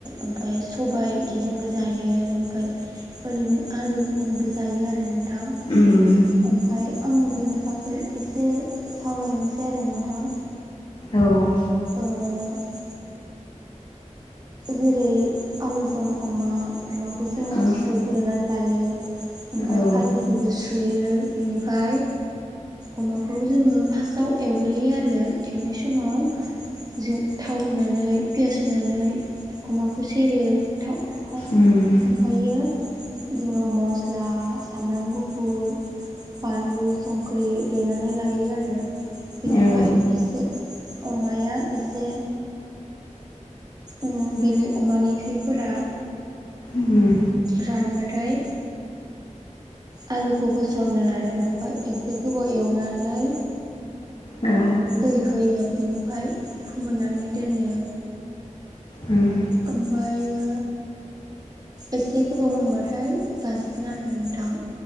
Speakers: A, on the right (about 30°); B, on the left (about 50°).
A: ओमफ्राय सबाय बिदिजोंबो जायो ओमफफ्राय ओरैनो आलु होनानैबो जायो आरो नों थां
B: उम
A: ओमफ्राय आङो बेनि बागै ओइ एसे सावरायनोसै आरो नोंथां
B: औ औ
A: ओ जेरै आलु जों अमा अमाखौ जोङो
B: औ
A: सुग्रोनानै लायो ओमफ्राय
B: औ
A: आलुखौबो सुयो ओ बिनिफ्राय अमाखौ जोङो फास्टआव एवग्रोयो आरो एवनाय समाव जों थाव होनानै पियास होनानै अमाखौ सेरो थाव ओमफ्रायो
B: उम
A: बिदिङ मस्ला सामब्राम गुफुर बानलु संख्रि देनानै लायो आरो बेनिफ्राय
B: औ
A: एसे अमाया एसे उम बेनि अमानि थैफोरा
B: उम
A: रानबाथाय आलुखौ होसनो आरो ओमफ्राय एसे गोबाव एवनानै
B: औ
A: दै होयो बिनिफ्राय फोमोननानै दोनो
B: उम
A: ओमफायो एसे गोबाव मोनबाथाय जासिगोन आरो नोंथां